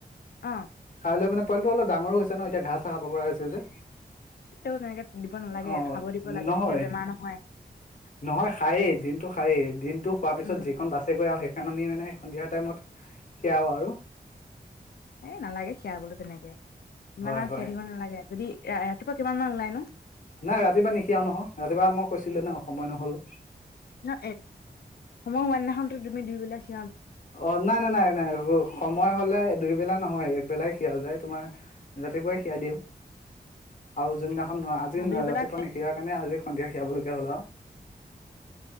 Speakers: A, on the left; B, on the left.
A: অ
B: খাই লৈ মানে পোৱালিটো অলপ ডাঙৰো হৈছে ন এতিয়া ঘাঁহ চাহ খাব পৰা হৈছে যে
A: তেওঁ তেনেকে দিব নালাগে
B: অ
A: খাব দিব লাগে
B: নহয়
A: তেতিয়া বেমাৰ নহয়
B: নহয় খায়েই দিনটো খায়েই দিনটো খোৱাৰ পিছত
A: উম
B: যিখন সেইখন আমি মানে সন্ধিয়া টাইমত খিয়াও আৰু
A: এই নালাগে খিয়াবলে তেনেকে ইমান
B: হয়
A: আৰু
B: হয়
A: খাই থাকিব নালাগে যদি ৰাতিপুৱা কিমান মান উলাই নো
B: নাই ৰাতিপুৱা নিখিয়াও নহয় ৰাতিপুৱা মই কৈছিলো ন সময় নহল
A: না সময় হোৱা দিনাখনো তুমি দুইবেলাক
B: অ নাই নাই নাই নাই সময় হলে দুই বেলা নহয় একবেলাই খিয়া যায় তোমাৰ ৰাতিপুৱাই সিয়া দিও আৰু যোনদিনা আজি
A: অ দুই বেলা
B: ৰাতিপুৱা নিশখিয়াৰ কাৰণ আজি সন্ধিয়া খিয়া বুলি কলে হ'ল আৰু